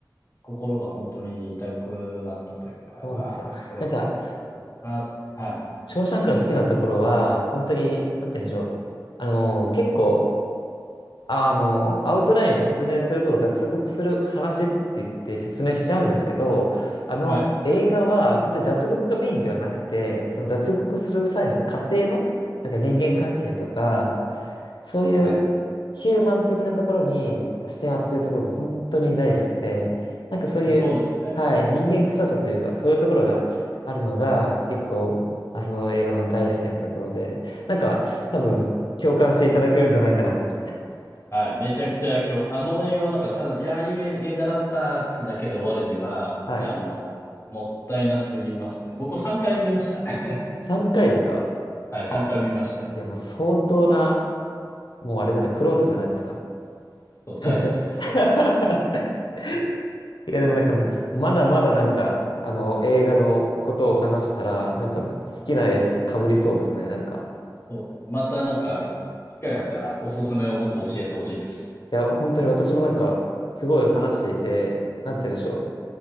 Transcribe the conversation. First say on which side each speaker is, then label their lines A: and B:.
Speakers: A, on the left; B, on the left.
A: 心が本当に痛くなったというか、
B: そうなんですよ。
A: うわー、これは
B: なんか、
A: そうだなと。はい、
B: ショーシャンクの好きなところは、本当に、なんて言うんでしょう。あの、結構、あの、アウトラインを説明すると脱獄する話って言って説明しちゃうんですけど、あの映画は本当に脱獄がメインではなくて、
A: はい、
B: その脱獄する際の過程のなんか人間関係とか、そういうヒューマン的なところに視点を当ててるところが本当に大好きで、
A: はい。
B: なんかそういう、
A: そうですよね。
B: はい、人間臭さというか、そういうところがあるのが結構、あその映画の大好きなところで、なんか多分共感していただけるんじゃないかなと思って
A: はい。めちゃくちゃ今日、あの映画をなんかただ、いやー、いい映画だったってだけで終わるには、
B: はい。
A: あの、もったいなすぎますね。僕3回見ましたね。
B: 3回ですか
A: <laughs> はい、3回見ました。
B: いや、もう相当な、もうあれじゃない、玄人じゃないですか。
A: そう、
B: ちょっと待って
A: 大好きです。
B: <laughs> いや、でもなんか、まだまだなんか、あの、映画のことを話したら、なんか好きなやつかぶりそうですね、なんか。
A: そう。またなんか、機会があったらおすすめをもっと教えてほしいです。
B: いや、本当に私もなんか、すごい話していて、なんて言うんでしょ